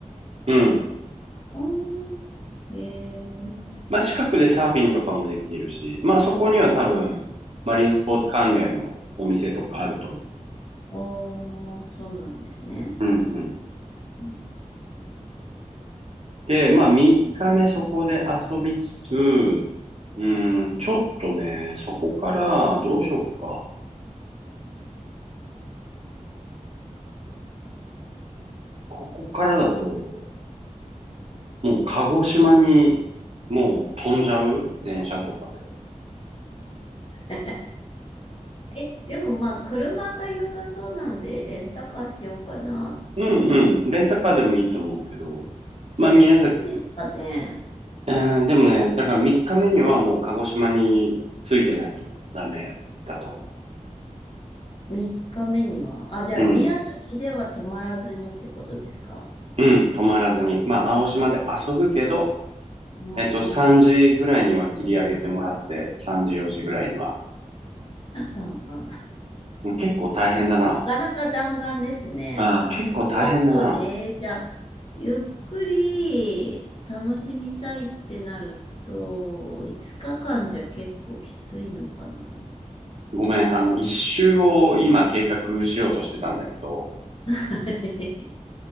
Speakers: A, on the right; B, on the left.
A: う。うん。
B: あー、えー、
A: まあ、近くでサーフィンとかもできるし、まあ、そこには多分、マリンスポーツ関連のお店とかあると思
B: あー、そうなんですね。
A: う。うんうん。
B: うん
A: で、まあ、3日目そこで遊びつつ、う
B: うん
A: ーん、ちょっとね、そこから、どうしよっか。ここからだと、もう鹿児島に、もう飛んじゃう電車とかで。
B: <laughs> え、でもまあ、車が良さそうなんで、レンタカーしようかなっては。
A: うんうん。レンタカーでもいいと思うけど。まあ、
B: でもきついですかね。
A: 宮崎、うん、でもね、だから3日目にはもう鹿児島に着いてないとダメだと思
B: 3日目には、あ、じゃあ宮崎では泊まらずにってことですか
A: う。うん。うん。泊まらずに。まあ、青島で遊ぶけど、
B: おう、
A: えっと、3時ぐらいには切り上げてもらって、3時、4時ぐらいには。
B: うんうん。
A: もう結構大変だな。
B: なかなか弾丸ですね。
A: あー、結構大変だな。
B: ちょっとで、じゃあ、ゆっくり楽しみたいってなると、5日間じゃ結構きついのかな。<laughs>
A: ごめん。あの、一周を今計画しようとしてたんだけど、
B: はい